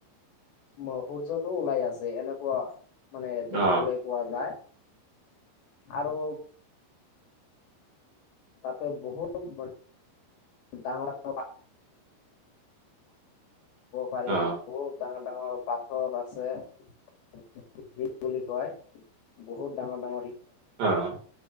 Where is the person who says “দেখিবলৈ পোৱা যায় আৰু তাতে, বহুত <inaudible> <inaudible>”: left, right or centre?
Left